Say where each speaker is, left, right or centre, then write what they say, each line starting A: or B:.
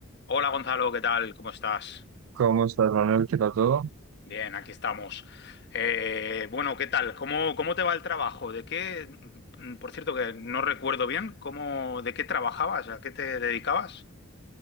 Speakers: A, on the left (about 55°); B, on the right (about 75°).
A: Hola Gonzalo, ¿qué tal? ¿Cómo estás?
B: ¿Cómo estás, Manuel? ¿Qué tal todo?
A: Bien, aquí estamos. Eh, bueno, ¿qué tal? ¿Cómo, cómo te va el trabajo? ¿De qué? mm, Por cierto, que no recuerdo bien, ¿cómo, de qué trabajabas? ¿A qué te dedicabas?